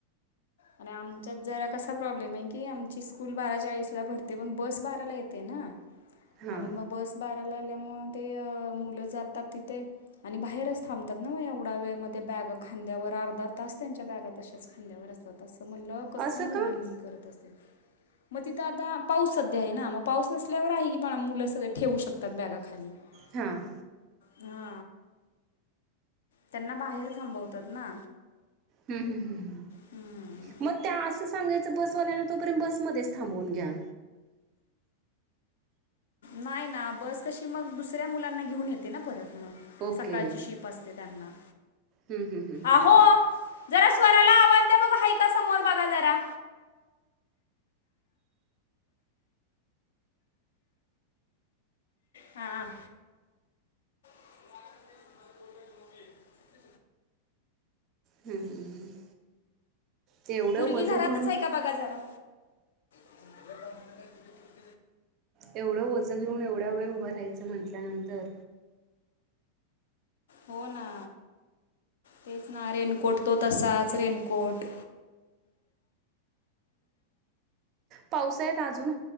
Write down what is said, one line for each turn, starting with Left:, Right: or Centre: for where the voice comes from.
Left: आणि आमच्यात जरा कसा प्रॉब्लेम आहे की, आमची स्कूल बारा चाळीसला भरते पण बस बाराला येते ना. <unintelligible>
Right: हा
Left: आणि मग बस बाराला आल्यामुळे ते मुलं जातात तिथे आणि बाहेरच थांब तात ना मग एवढ्या वेळ, मग त्या बॅग खांद्यावर अर्धा तास त्यांच्या बॅग तशाच खांद्यावर असतात. तर तसं म्हणलं कस
Right: असं
Left: मुलं
Right: का
Left: ही करत असतील. मग तिथं आता पाऊस सध्या आहे ना, मग पाऊस नसल्यावर आहे की बाळ मुलं सध्या ठेवू शकतात बॅगा खाली. <unintelligible>
Right: हां.
Left: हा त्यांना बाहेर थांबवतात ना.
Right: हम् हम् हम्
Left: हम्म
Right: मग त्या असं सांगायचं. बसवाल्यांने तोपर्यंत बसमध्येच थांबवून घ्या.
Left: नाही ना बस कशी मग, दुसऱ्या मुलांना घेऊन येते ना परत मग
Right: ओके
Left: सकाळची शिफ्ट <inaudible> असते त्यांना.
Right: हम् हम्म
Left: आहो
Right: हं.
Left: जरा स्वराला आवाज द्या बघू, हाय का समोर बघा जरा. हा. <unintelligible>
Right: हम् तेवढं
Left: पुरगी
Right: वजन
Left: घरातच
Right: घेऊन.
Left: आहे का बघा जरा. <inaudible>
Right: एवढं ओजं घेऊन, एवढ्या वेळ उभं राहायचं म्हटल्यानंतर.
Left: हो ना, तेच ना, रेनकोट तो तसाच रेनकोट..
Right: पावसाळ्यात अजून